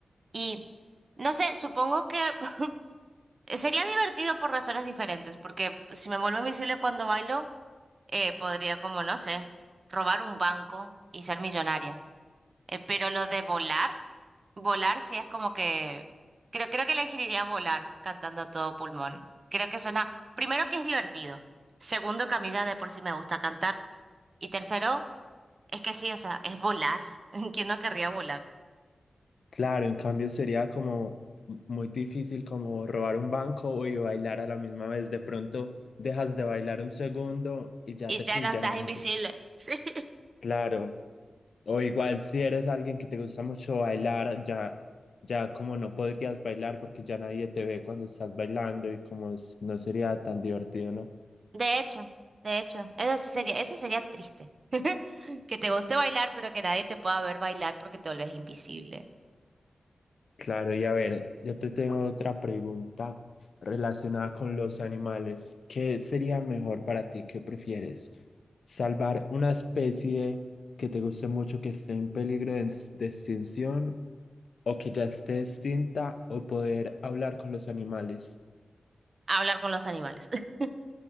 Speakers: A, on the right (about 50°); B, on the left (about 70°).
A: Y no sé, supongo que <laughs> sería divertido por razones diferentes, porque si me vuelvo invisible cuando bailo, eh, podría como, no sé, robar un banco y ser millonaria. Eh, pero lo de volar. Volar sí es como que creo creo que elegiría volar cantando a todo pulmón. Creo que suena primero que es divertido, segundo que a mí ya de por sí me gusta cantar y tercero es que sí, o sea, es volar. <laughs> ¿Quién no querría volar?
B: Claro, en cambio sería como muy difícil como robar un banco y bailar a la misma vez. De pronto dejas de bailar un segundo y ya
A: Y
B: te
A: ya
B: pillan
A: no estás
B: así.
A: invisible. <laughs> Sí.
B: Claro. O igual si eres alguien que te gusta mucho bailar, ya, ya como no podrías bailar porque ya nadie te ve cuando estás bailando y como s- no sería tan divertido, ¿no?
A: De hecho, de hecho, eso sí sería eso sería triste. <laughs> Que te guste bailar, pero que nadie te pueda ver bailar porque te volvés invisible.
B: Claro, y a ver, yo te tengo otra pregunta relacionada con los animales. ¿Qué sería mejor para ti? ¿Qué prefieres? ¿Salvar una especie que te guste mucho, que esté en peligro de, ex- de extinción o que ya esté extinta o poder hablar con los animales?
A: Hablar con los animales. <laughs>